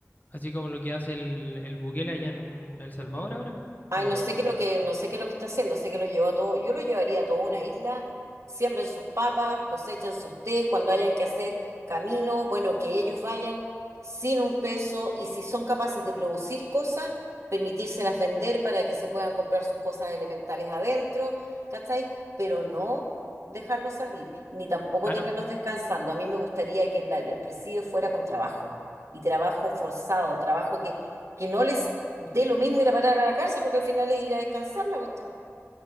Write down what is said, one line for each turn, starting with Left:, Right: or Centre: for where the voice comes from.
Left: así como lo que hace el, el Bukele allá en El Salvador ahora,
Right: Ay,
Left: o...
Right: no sé qué es lo que, no sé qué es lo que está haciendo, sé que los llevó a todo, yo los llevaría a toda una isla, siembren sus papas, cosechen sus tés, cuando hayan que hacer camino, bueno, que ellos vayan sin un peso y si son capaces de producir cosas, permitírselas vender para que se puedan comprar sus cosas elementales adentro, ¿cachai? Pero no dejarlos salir, ni tampoco
Left: Ah,
Right: tenerlos
Left: no,
Right: descansando. A mí me gustaría que la- el presidio fuera con trabajo y trabajo forzado, trabajo que, que no les de lo mismo ir a parar a la cárcel, porque al final es ir a descansar la cuestión.